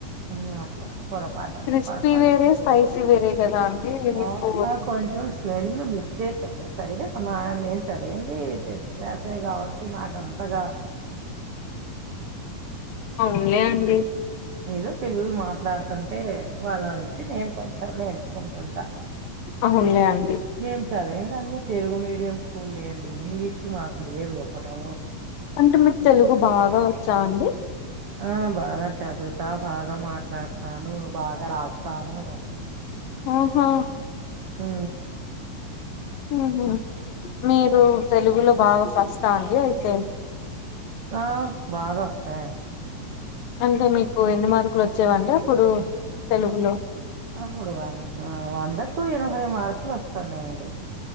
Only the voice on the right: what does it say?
ఉ అట్లా పొరపాట
పొరపాటు
ఆ అక్క కొ ఉ స్పెల్లింగ్ మిస్టేక్ ఉంద సరిగా మా నేన్ చదివింది టెన్త్ క్లాసే కాబట్టి నాకంతగా
ఏదో పిల్లలు మాట్లాడుతుంటే వాళ్ళ నుంచి నేను కొంచెం నేర్చుకుంటుంటా
మేం చదివింది అన్ని తెలుగు మీడియం స్కూల్ లే అండి ఇంగ్లీషు మాకు లేదు అప్పుటు
ఆ బాగా చదువుతా, బాగా మాట్లాడతాను, బాగా రాస్తాను.
హూ
ఆ బాగా వస్తా
అప్పుడు వంద వందకు ఎనభై మార్కులు వస్తాన్నాయండి